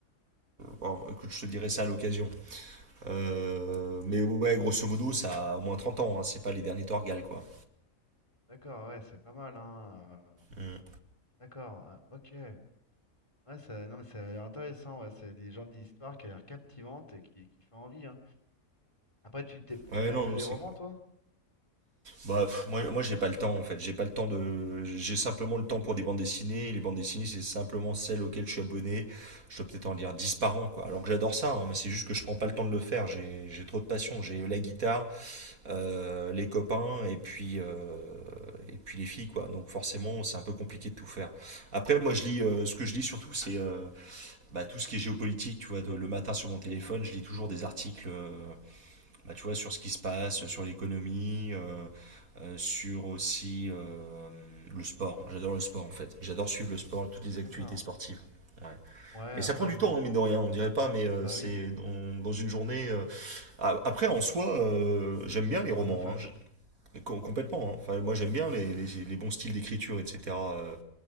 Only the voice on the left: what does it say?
D'accord, ah ouais, c'est pas mal, hein. euh,
D'accord, ah, ok. Ouais, ça, non, mais ça a l'air intéressant, ouais. C'est des gens d'histoire qui a l'air captivante et qui, qui fait envie, hein. Après, tu, t'es-
tu lis un
peu
des
romans, toi?
D'accord.
Ouais,
après,
ouais.
Bah
oui,
bah, c'est
chronophage.